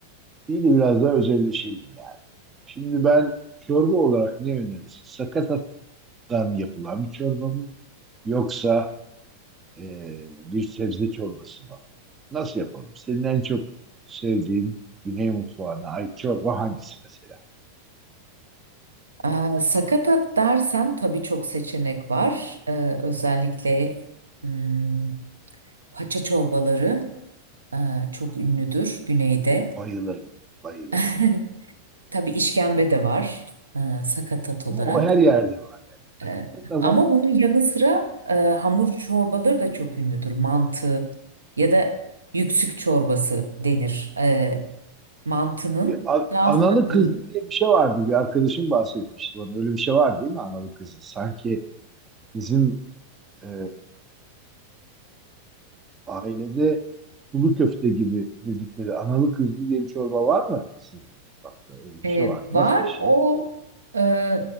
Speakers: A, on the right; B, on the right.
A: değil de biraz daha özelleşelim yani. Şimdi ben çorba olarak ne önerirsin? Sakatattan yapılan bir çorba mı? Yoksa Ee, bir sebze çorbası mı? Nasıl yapalım? Senin en çok sevdiğin Güney mutfağına ait çorba hangisi mesela?
B: Ee, sakatat dersen tabii çok seçenek var. Ee, özellikle hmm, paça çorbaları e, çok ünlüdür güneyde.
A: Bayılırım, bayılırım.
B: <laughs> Tabii işkembe de var e, sakatat
A: Ama
B: olarak.
A: o her yerde var yani. Hakikaten
B: E,
A: ama
B: ama bunun yanı sıra e, hamur çorbaları da çok ünlüdür. Mantı ya da yüksük çorbası denir. E, mantının
A: bir a-
B: daha
A: analı
B: farklı
A: kızlı diye bir şey vardı. Bir arkadaşım bahsetmişti bana. Öyle bir şey var değil mi analı kızlı? Sanki bizim e, ailede sulu köfte gibi dedikleri analı kızlı diye bir çorba var mı sizin? Bak da öyle bir
B: Ee,
A: şey var mı?
B: var
A: Nasıl bir şey?
B: o e,